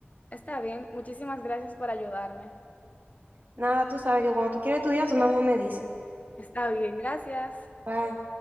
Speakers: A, on the left; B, on the right.
A: está bien. Muchísimas gracias por ayudarme.
B: Nada, tú sabes que cuando tú quieres estudiar, tú nada más me dices.
A: Está bien, gracias.
B: Bye.